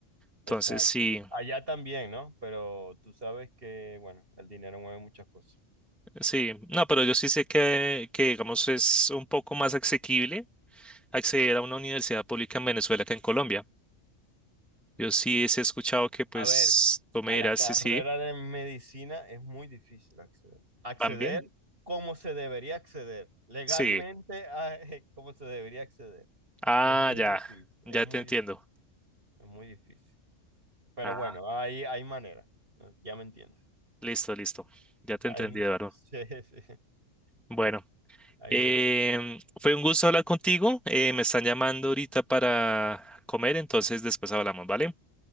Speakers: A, in the centre; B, on the right.
A: Entonces,
B: Exacto.
A: sí.
B: Allá también, ¿no? Pero tú sabes que, bueno, el dinero mueve muchas cosas.
A: Sí, no, pero yo sí sé que, que, digamos, es un poco más asequible acceder a una universidad pública en Venezuela que en Colombia. Yo sí sí he escuchado que, pues,
B: A ver,
A: tú me
B: a
A: dirás
B: la carrera
A: si sí,
B: de medicina es muy difícil acceder. Acceder
A: van bien.
B: como se debería acceder, legalmente
A: Sí.
B: a- <laughs> como se debería acceder.
A: Ah,
B: Es muy
A: ya,
B: difícil,
A: ya
B: es muy
A: te entiendo.
B: difícil, es muy difícil. Pero
A: Ah,
B: bueno, hay, hay maneras, ¿no? ya me entiendes.
A: listo, listo. Ya te
B: Hay,
A: entendí, Eduardo.
B: <laughs> sí, sí,
A: Bueno,
B: hay
A: em,
B: maneras.
A: fue un gusto hablar contigo. Eh, me están llamando ahorita para comer, entonces después hablamos, ¿vale?